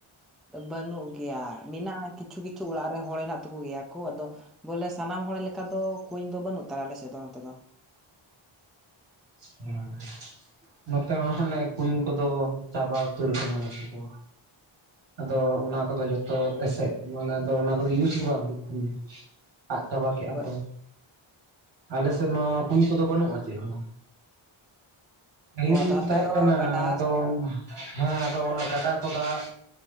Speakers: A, in the centre; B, on the right.
A: ᱵᱟᱹᱱᱩᱜ ᱜᱮᱭᱟ, ᱢᱮᱱᱟᱜᱼᱟ ᱠᱤᱪᱷᱩ ᱠᱤᱪᱷᱩ ᱚᱲᱟᱜ ᱨᱮ ᱦᱚᱲ ᱦᱮᱱᱟᱜ ᱛᱟᱠᱚ ᱜᱮᱭᱟ ᱠᱚ ᱟᱫᱚ ᱵᱚᱞᱮ ᱥᱟᱱᱟᱢ ᱦᱚᱲ ᱞᱮᱠᱟ ᱫᱚ ᱠᱩᱧ ᱫᱚ ᱵᱟᱹᱱᱩᱜ ᱛᱟᱞᱮ ᱟᱞᱮ ᱥᱮᱫ ᱫᱚ ᱱᱚᱛᱮ ᱫᱚ᱾
B: ᱦᱮᱸ ᱱᱚᱛᱮ ᱢᱟ ᱦᱟᱱᱮ ᱠᱩᱧ ᱠᱚᱫᱚ ᱪᱟᱵᱟ ᱩᱛᱟᱹᱨ ᱠᱟᱱᱟ ᱱᱚᱛᱮ ᱫᱚ᱾ ᱟᱫᱚ ᱚᱱᱟ ᱠᱚᱫᱚ ᱡᱷᱚᱛᱚ ᱮᱥᱮᱫ ᱢᱟᱱᱮ ᱚᱱᱟ ᱠᱚᱫᱚ ᱤᱭᱩᱡᱽ ᱜᱮ ᱵᱟᱝ ᱦᱩᱭᱩᱜ ᱠᱟᱱᱟ᱾
A: <inaudible>
B: ᱟᱫ ᱪᱟᱵᱟ ᱠᱮᱜᱼᱟ
A: ᱦᱳᱭ
B: ᱠᱚ ᱟᱞᱮ ᱥᱮᱫ ᱢᱟ ᱠᱩᱧ ᱠᱚᱫᱚ ᱵᱟᱹᱱᱩᱜᱼᱟ ᱪᱮᱫ ᱦᱚᱸ᱾ ᱯᱟᱹᱦᱤᱞ
A: ᱚ ᱟᱫᱚ ᱟᱯᱮ
B: ᱛᱟᱦᱮᱸᱜ
A: ᱫᱚ
B: ᱠᱟᱱᱟ
A: ᱜᱟᱰᱟ
B: ᱟᱫᱚ ᱦᱮᱸ ᱟᱫᱚ ᱚᱱᱟ ᱜᱟᱰᱟ ᱠᱚ ᱫᱟᱜ